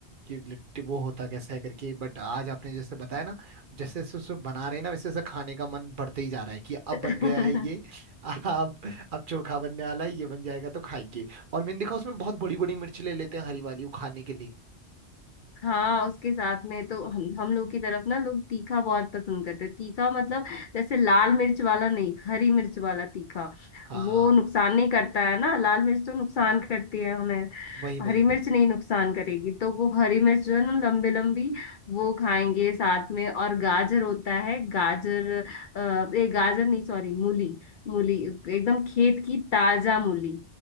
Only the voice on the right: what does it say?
कि लिट्टी वो होता कैसे है करके बट आज आपने जैसे बताया ना जैसे जैसे उसको बना रहे हैं ना वैसे वैसे खाने का मन बढ़ते ही जा रहा है कि अब
बन गया है ये <laughs> अब अब चोखा बनने वाला है ये बन जाएगा तो खाएंगे और मैंने देखा उसमें बहुत बड़ी बड़ी मिर्च ले लेते हैं हरी वाली वो खाने के लिए
हाँ
वही वही